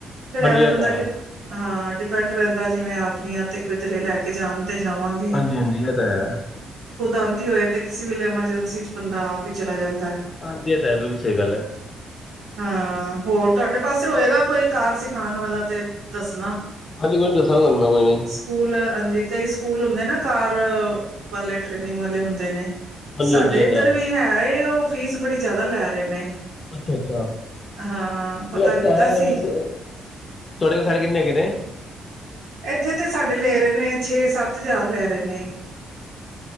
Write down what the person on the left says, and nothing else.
ਹਾਂਜੀ ਇਹ
ਤਾਂ ਹੈ
ਹਾਜੀ ਔ ਤਾਂ ਹੈ।
ਹਾਂਜੀ ਇਹ ਤਾਂ ਹੈ ਬਿਲਕੁਲ ਸਹੀ ਗੱਲ ਹੈ
ਹੱਜੀ ਕੋਈ ਨਹੀ ਦਸਾਗਾ ਮੈ ਕੋਈ ਨੀ
ਹਾਂਜੀ
ਹਾਂਜੀ ਇਹ
ਤਾਂ
ਅੱਛਾ-ਅੱਛਾ,
<unintelligible> ਅਹ
ਤੁਹਾਡੇ
ਕੋਲ ਸੋਡੇ ਕਿਨੇ ਹੈਗੇ ਨੇ